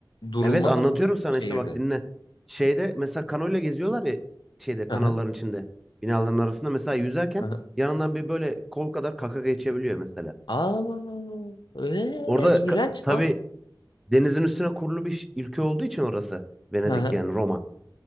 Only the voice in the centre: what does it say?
evet anlatıyorum
sana
işte bak dinle. Şeyde mesela kanoyla geziyorlar ya şeyde kanalların
içinde binaların arasında mesela yüzerken
yanından bir böyle kol kadar kaka geçebiliyor mesela.
Orada
ka- tabii
denizin üstüne kurulu bir ülke olduğu için orası Venedik
yani Roma.